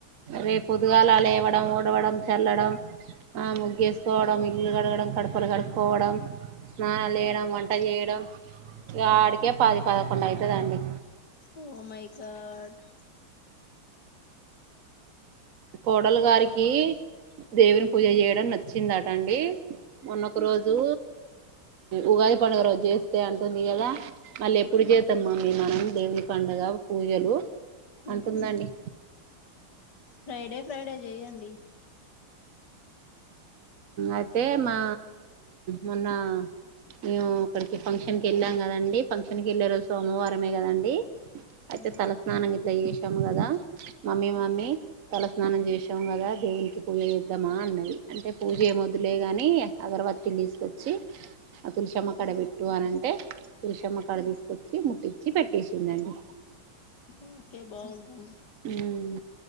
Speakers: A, on the right; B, on the left.
A: రేప్ పొద్దుగాలా లేవడం ఉడవడం చల్లడం ఆ ముగ్గేసుకోవడం ఇల్లు కడగడం కడపలు కడుక్కోవడం స్నానాలు చేయడం వంట చేయడం ఇగ ఆడికే పది పదకొండు అయితదండి
B: ఓ మై గార్డ్
A: కోడలు గారికి దేవుని పూజ చేయడం నచ్చిందట అండి మొన్నొక రోజు ఉగాది పండుగ రోజు చేస్తే అంటుంది కద మళ్ళీ ఎప్పుడు చేద్దాం మమ్మీ మనం దేవుని పండుగ పూజలు
B: ఉహు
A: అంటుందండి
B: ఫ్రైడే ఫ్రైడే చేయండి
A: అయితే మా మొన్న మేము అక్కడికి ఫంక్షన్ కి వెళ్ళాం కదండి ఫంక్షన్ కి వెళ్ళే రోజు సోమవారమే కదండి అయితే
B: ఉ
A: తలస్నానం గిట్ల చేసాము కదా మమ్మీ మమ్మీ తలస్నానం చేశాం కదా దేవునికి పూజ చేద్దామా అన్నది అంటే పూజ ఏ మొద్దులే గాని అగరబత్తిలు తీసుకొచ్చి ఆ తులసమ్మక్కడ పెట్టు అన్న అంటే తులసమ్మకాడికి తీసుకొచ్చి ముట్టించి పెట్టేసిందండి
B: ఇంకే బాగుందండి
A: ఉమ్